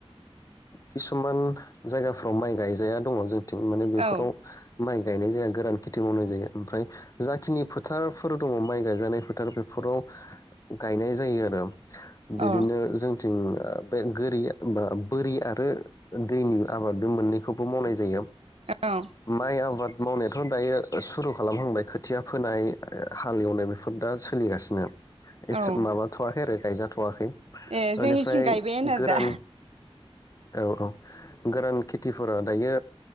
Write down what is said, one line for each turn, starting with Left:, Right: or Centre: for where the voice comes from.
Left: किसुमान जायगाफ्राव माइ गायजाया दङ जोंथिं माने बेफोराव
Right: औ
Left: माइ गायनाय जाया गोरान खेथि मावनाय जायो ओमफ्राय जाखिनि फोथारफोर दङ माइ गायजानाय फोथार बेफोराव गायनाय जायो आरो
Right: अ
Left: बिदिनो जोंथिं बे गोरिया बा बोरया आरो दैनि आबादबो मोननैखौबो मावनाय जायो
Right: औ
Left: माइ आबाद मावनायाथ' दायो सुरु खालामहांबाय खोथिया फोनाय हाल एवनाय बेफोर दा सोलिगासिनो एसे
Right: औ
Left: मामाथ'आखै आरो गायजाथ'वाखै
Right: ए
Left: बेनिफ्राय
Right: जोंनिथिं गायबायानो आरो
Left: गोरान
Right: दा
Left: औ औ गोरान खेथिफोरा दायो